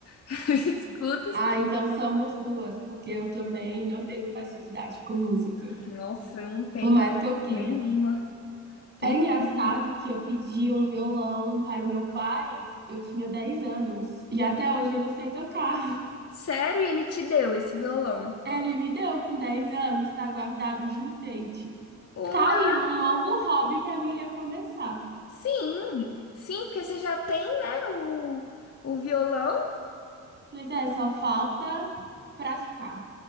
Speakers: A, on the left; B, on the right.
A: <laughs> escuto, escuto.
B: Ah, então somos duas, porque eu também não tenho facilidade com música,
A: Nossa, eu não tenho
B: por mais que eu queira.
A: nenhuma. Tem
B: É engraçado
A: nenhuma.
B: que eu pedi um violão para o meu pai, eu tinha 10 anos, e até hoje eu não sei tocar. <laughs>
A: Sério, e ele te deu esse violão?
B: Ele me deu com 10 anos, tá guardado de enfeite.
A: Uau!
B: Tá aí um novo hobby para mim recomeçar.
A: Sim, sim, porque você já tem, né, o, o violão.
B: Pois é, só falta praticar.